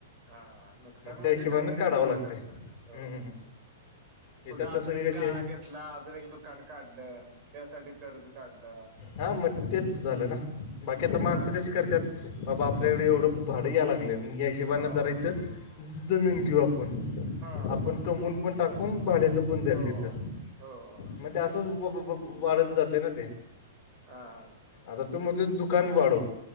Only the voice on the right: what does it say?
हा नुकसान
म्हणजे
काय इन्व्हेस्टमेंटच
फक्त
हो.
कुठं
अजून
एक
गाळा घेतला अजून एक दुकान काढलं त्यासाठी कर्ज काढलं. असं
हा
हा
हा
हो
हो
हा.